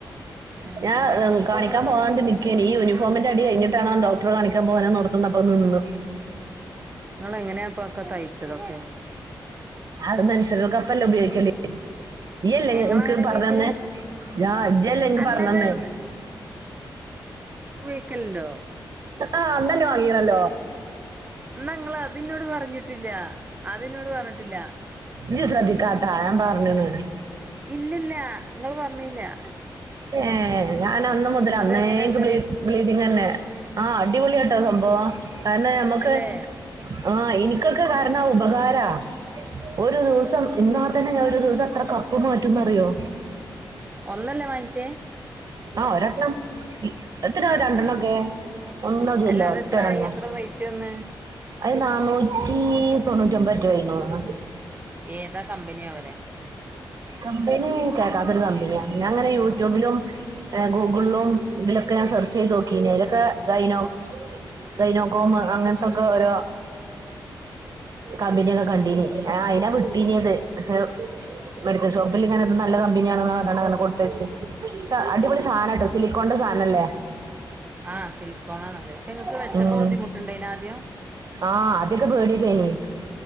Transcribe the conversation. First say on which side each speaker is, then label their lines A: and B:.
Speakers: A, on the right; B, on the right.
A: ഏഹ്
B: ഞാൻ
A: അപ്പൊ
B: കാണിക്കാൻ പോവാണ്ട് നിക്കേണ്
A: ഇങ്ങള്
B: ഈ യൂണിഫോമിന്റെ അടി കഴിഞ്ഞിട്ടാണേന്തോ ഡോക്ടറെ കാണിക്കാൻ പോവാനെന്നോർത്തുന്നപ്പം നിന്ന്
A: ങ്ങളെങ്ങനെയാപ്പ ഒക്കെ തയ്ച്ചതൊക്കെ
B: അത് മെൻഷുറൽകപ്പല്ലെ ഉപയോഗിക്കല് ഈയല്ലെ
A: ഏഹ് ഇങ്ങളങ്ങനെ
B: ഇൻക്ക് പറഞ്ഞന്നെ
A: ഉപയോഗിക്കല്
B: ഞാ ഇജ്ജല്ലേൻക്ക്
A: അല്ല
B: പറഞ്ഞന്നേ
A: ഇങ്ങള് ക്കല്ണ്ടോ
B: ആഹ് അന്നന്നെ വാങ്ങിയേണല്ലോ
A: ന്നാ ങ്ങള് അതിന്നോട് പറഞ്ഞിട്ടില്ലാ അതിന്നോട് പറഞ്ഞിട്ടില്ല
B: ഇജ്ജ് ശ്രദ്ധിക്കാത്ത ഞാൻ പറഞ്ഞത്
A: ഇല്ലില്ല ങ്ങള് പറഞ്ഞില്ല
B: ഏഹ്
A: ന്നിട്ട്
B: ഞാനന്ന് മുതല അന്നേ
A: എങ്ങനെണ്ട്
B: ബ്ലീഡ് ബ്ലീഡിങന്നെ ആഹ് അടിപൊളിയാട്ടോ
A: ആ
B: സംഭവം കാരണം ഞമ്മക്ക്
A: അല്ലേ
B: ആഹ് ഇനിക്കൊക്കെ കാരണം ഉപകാരാ ഒരു
A: ആ
B: ദിവസം ഇന്നാ തന്നെ ഞാ ഒരു ദിവസ എത്ര കപ്പ് മാറ്റുംന്നറിയോ
A: ഒന്നല്ലേ വാങ്ങിച്ചേ
B: ആഹ് ഒരെണ്ണം ഇ എത്ത്നാ
A: ആ
B: രണ്ടെണ്ണൊക്കെ
A: ആ ആ
B: ഒന്നതിയല്ലോ
A: അല്ല അതെത്രായി
B: ഒറ്റൊരെണ്ണം
A: എത്ര റേറ്റ് വന്ന്
B: അത് നന്നൂറ്റി തൊണ്ണൂറ്റൊമ്പതെറ്റോ ആയിന്നോന്നണ്
A: ഏതാ കമ്പനിയാവലെ
B: കമ്പിനീ കേക്കാത്തൊരു കമ്പിനിയാ പിന്നങ്ങനെ യൂട്യൂബിലും ഗൂഗിളിലും ഇതിലൊക്കെ ഞാൻ സെർച്ച് ചെയ്ത് നോക്കീനി അയിലൊക്കെ ഗൈനോ ഗൈനോകോം അങ്ങനത്തൊക്കെ ഓരോ കമ്പിനിയൊക്കെ
A: ഉം
B: കണ്ടീന് ആ അയിനാ വിട്ടീനിയത് പക്ഷെ
A: ഉം
B: മെഡിക്കൽ ഷോപ്പിൽ ഇങ്ങനെത് നല്ല കമ്പനിയാണന്ന് പറഞ്ഞാണങ്ങനെ കൊടുത്തയച്ച് അടിപൊളി സാനംട്ടോ സിലിക്കോന്റെ സാ അല്ലേ
A: ആഹ് സിൽക്കോൺ ആണ് പക്ഷെ നിങ്ങക്ക് വെച്ചപ്പോ
B: ഉം
A: ബുദ്ധിമുട്ടെണ്ടായിന ആദ്യം
B: ആഹ് <unintelligible>